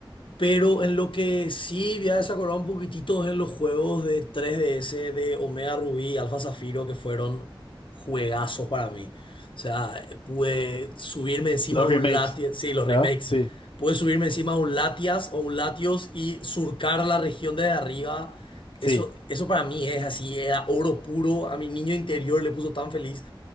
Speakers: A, on the left; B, on the left.
A: pero en lo que sí voy a desacordar un poquitito es en los juegos de 3DS de Omega Rubí y Alfa Zafiro que fueron juegazos para mí. O sea, eh, pude subirme encima
B: Los
A: de
B: remakes,
A: un Latias, sí, los
B: ¿verdad?
A: remakes,
B: Sí,
A: pude subirme encima de un Latias o un Latios y surcar la región desde arriba.
B: sí,
A: Eso, eso para mí es así, era oro puro. A mi niño interior le puso tan feliz.